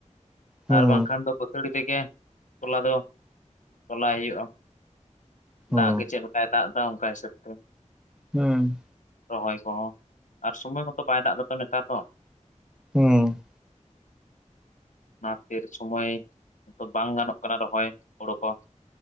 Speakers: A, in the centre; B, on the left.
A: ᱦᱩᱸ
B: ᱟᱨ ᱵᱟᱝ ᱠᱷᱟᱱ ᱫᱚ ᱵᱟᱹᱛᱟᱹᱲᱤ ᱛᱮᱜᱮ ᱛᱚᱞᱟ ᱫᱚ ᱛᱚᱞᱟᱭ ᱦᱩᱭᱩᱜᱼᱟ᱾
A: ᱦᱩᱸ
B: ᱫᱟᱜ ᱜᱮ ᱪᱮᱫ ᱞᱮᱠᱟᱭ ᱫᱟᱜ ᱮᱫᱟ ᱚᱝᱠᱟ ᱦᱤᱥᱟᱹᱵ ᱛᱮ᱾
A: ᱦᱩᱸ
B: ᱨᱚᱦᱚᱭ ᱠᱚᱦᱚᱸ ᱟᱨ ᱥᱚᱢᱚᱭ ᱢᱟᱛᱚ ᱵᱟᱭ ᱫᱟᱜ ᱮᱫᱟᱛᱚ ᱱᱮᱛᱟᱨ ᱫᱚ
A: ᱦᱩᱸ
B: ᱚᱱᱟ ᱠᱷᱟ. ᱛᱤᱨ ᱥᱚᱢᱚᱭ ᱫᱚ ᱵᱟᱝ ᱜᱟᱱᱚᱜ ᱠᱟᱱᱟ ᱨᱚᱦᱚᱭ ᱦᱩᱲᱩ ᱠᱚ᱾